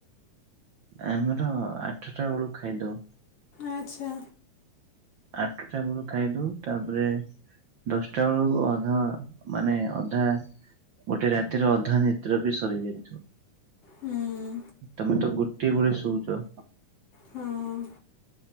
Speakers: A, on the right; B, on the left.
A: ଆମର ଆଠଟା ବେଳକୁ ଖାଇଦଉ।
B: ଆଚ୍ଛା।
A: ଆଟଠା ବେଳକୁ ଖାଇଦେଉ ତାପରେ ଦଶଟା ବେଳକୁ ଅଧା ମାନେ ଅଧା ଗୋଟେ ରାତିର ଅଧା ନିଦ୍ରା ବି ସରିଯାଇଥିବ।
B: ହୁଁମ୍।
A: ତମେ ତ ଗୋଟିଏ ବଳେ ଶୋଉଛ।
B: ହଁମ୍